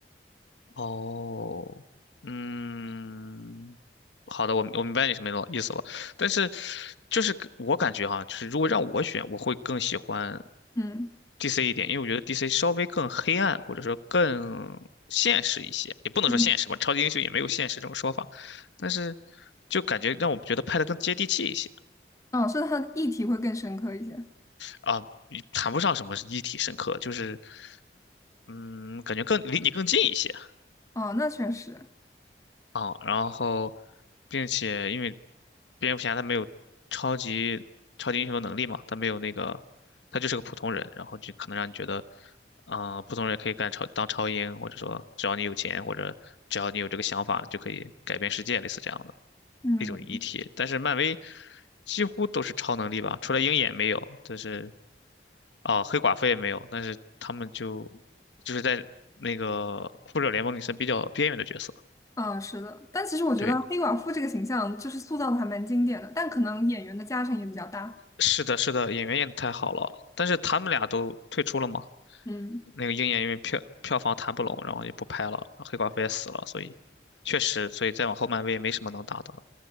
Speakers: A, on the left; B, on the left.
A: 哦，嗯，好的，我我明白你什么意思了。但是，就是我感觉哈，就是如果让我选，我会更喜欢
B: 嗯
A: DC 一点，因为我觉得 DC 稍微更黑暗，或者说更现实一些，也不能说现实吧，
B: 嗯，
A: 超级英雄也没有现实这种说法，但是就感觉让我们觉得拍的更接地气一些
B: 哦，是它的议题会更深刻一些。
A: 啊，也谈不上什么立体深刻，就是嗯，感觉更离你更近一些。
B: 哦，那确实，
A: 哦，然后，并且因为蝙蝠侠他没有超级超级英雄的能力嘛，他没有那个，他就是个普通人，然后就可能让你觉得，啊、普通人可以干超当超英，或者说只要你有钱，或者只要你有这个想法，就可以改变世界，类似这样的
B: 嗯。
A: 一种议题。但是漫威几乎都是超能力吧，除了鹰眼没有，但是啊、黑寡妇也没有，但是他们就就是在那个复仇者联盟里算比较边缘的角色。
B: 啊，是的，但其实我觉得黑寡妇这个形象就是塑造的还蛮经典的，
A: 对。
B: 但可能演员的加成也比较大。
A: 是的，是的，演员演的太好了，但是他们俩都退出了嘛。
B: 嗯，
A: 那个鹰眼因为票票房谈不拢，然后也不拍了，然后黑寡妇也死了，所以确实，所以再往后漫威也没什么能打的了。